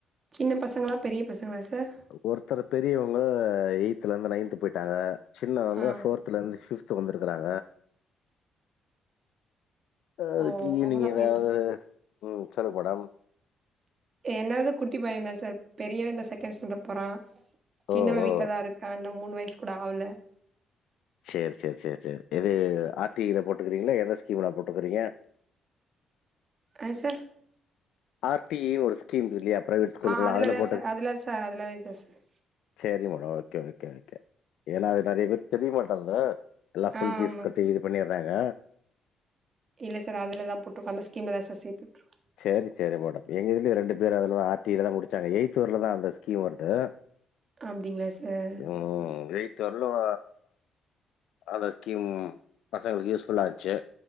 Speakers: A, on the right; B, on the left.
A: சின்ன பசங்ளா பெரிய பசங்ளா செர்
B: ஒருத்தர் பெரியவங்க எயித்துல இருந்து நைன்து போய்ட்டாங்க சின்னவங்க
A: ஆ
B: ஃபோர் ல்ல இருந்து ஃபிப்த்து வந்து இருக்காங்க அதுக்கு
A: ஓ
B: ஈவினிங்
A: அவங்களா
B: எதாவது
A: பெரிய பச
B: ம் சொலுங்க மேடம்
A: என்னது குட்டி பயந்தா செர் பெரியவதா செகண்ட் ஸ்டாண்டர்ட் போறா சின்னவ
B: ஓ ஓ
A: வீட்லதா இருக்கா இன்னு மூணு வயசு கூட ஆகல
B: சேரி சேரி சேரி சேரி எது ஆ‌ர் டி‌ ல போட்டுயிருக்கிங்ளா எந்த ஸ்கீம்ல போட்டுயிருக்கிங்க
A: ஆ செர்
B: ஆர் டி யினு ஒரு ஸ்கீம் இல்லையா பிரைவேட் ஸ்கூலுக்குல்லா
A: ஆ அதுலதா
B: அதுல போட்டு
A: சார் அதுல சார் அதுலதா சார்
B: சேரி மேடம் ஓகே ஓகே ஓகே ஏனா அது நெறைய பேருக் தெரிய மாட்டேங்க எல்லாம் ஃபுல்
A: ஆ
B: பீஸ்
A: ஆமா
B: கட்டி இது பண்ணிட்றாங்க
A: இல்ல சார் அதுல தான் போட்டுருகோ அந்த ஸ்கீம்தா சேத்துட்ருகோ
B: சேரி சேரி மேடம் எங்க இதுலய ரெண்டு பேர் அதுலதா ஆர்டியில தான் முடிச்சாங்க எயித்து வரிலுதா அந்த ஸ்கீம் வருது
A: அப்டிங்களா சார்
B: ம் எய்த்து வரலும் அந்த ஸ்கீம் பசங்ளுக்கு யூஸ்ஃபுல்லா இருந்துச்சு